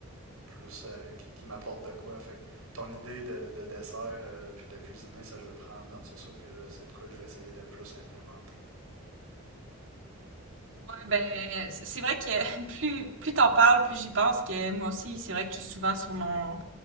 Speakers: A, on the right (about 75°); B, on the right (about 60°).
A: plus euh, qui, qui m'apporte de quoi. Fait que ton idée de, de dessert euh, puis de cuisiner, ça je le prends en note. C'est sûr que là, c'est de quoi que je vais essayer de plus implémenter.
B: ouais, ben, c'est vrai que <laughs> plus, plus t'en parles, plus j'y pense que moi aussi, c'est vrai que je suis souvent sur mon,